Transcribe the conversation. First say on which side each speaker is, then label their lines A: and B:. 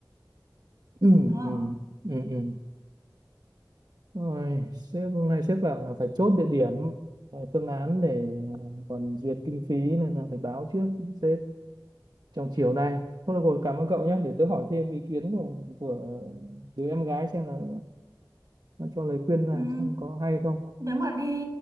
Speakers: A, on the right; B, on the right.
A: ừ,
B: đúng không
A: ừ, ừ, ừ. ừ. Rồi, sếp hôm nay sếp bảo là phải chốt địa điểm phải phương án để ờ, còn duyệt kinh phí nên là phải báo trước sếp trong chiều nay thôi được rồi cảm ơn cậu nhé để tớ hỏi thêm ý kiến của của đứa em gái xem là nó cho lời khuyên là
B: ừ.
A: xem có hay không
B: nếu mà đi